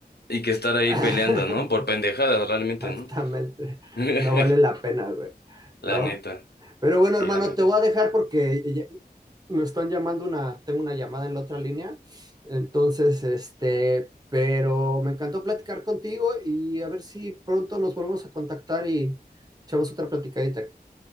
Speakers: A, on the left; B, on the right.
A: Y que estar ahí
B: <laughs>
A: peleando, ¿no? Por pendejadas realmente,
B: Exactamente,
A: no <laughs>
B: no vale la pena, güey, ¿no?
A: La neta,
B: Pero bueno,
A: sí,
B: hermano,
A: la neta.
B: te voy a dejar porque me están llamando una, tengo una llamada en la otra línea, entonces, este, pero me encantó platicar contigo y a ver si pronto nos volvemos a contactar y echamos otra platicadita.